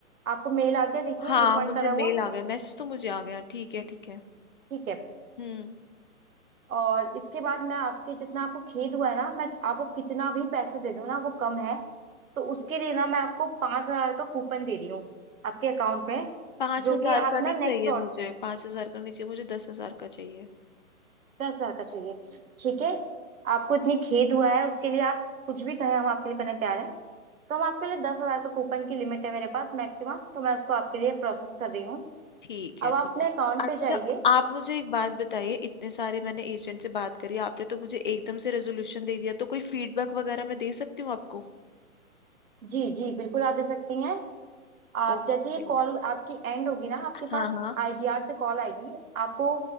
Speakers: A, on the right; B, on the left.
A: आपको मेल आ गया देखिए
B: हाँ
A: रिफंड
B: मुझे
A: करा
B: मेल
A: हुआ
B: आ गया मैसेज तो मुझे आ गया ठीक है ठीक है
A: ठीक है
B: हम्म
A: और इसके बाद मैं आपके जितना आपको खेद हुआ है ना मैं आपको कितना भी पैसे दे दूँ ना वो कम है तो उसके लिए ना मैं आपको पाँच हजार का कूपन दे रही हूँ आपके अकाउंट में
B: पाँच
A: जो
B: हजार
A: कि आप
B: का नहीं
A: ना नेक्स्ट
B: चाहिए मुझे पाँच हजार का नहीं चाहिए मुझे दस हजार का चाहिए
A: दस हजार का चाहिए ठीक है आपको इतनी खेद हुआ है उसके लिए आप कुछ भी कहें हम आपके लिए करने तैयार हैं तो हम आपके लिए दस हजार का कूपन की लिमिट है मेरे पास मैक्सिमम तो मैं उसको आपके लिए प्रोसेस कर रही हूँ
B: ठीक
A: अब
B: है
A: आप
B: ठीक
A: अपने
B: है
A: अकाउंट
B: अच्छा
A: पे जाइए
B: आप मुझे एक बात बताइए इतने सारे मैंने एजेंट से बात करी आपने तो मुझे एकदम से रेजोल्यूशन दे दिया तो कोई फीडबैक वगैरह मैं दे सकती हूँ आपको
A: जी जी बिल्कुल आप दे सकती हैं आप
B: ओके
A: जैसे ही कॉल आपकी एंड होगी ना आपके पास
B: हाँ हाँ
A: आईवीआर से कॉल आएगी आपको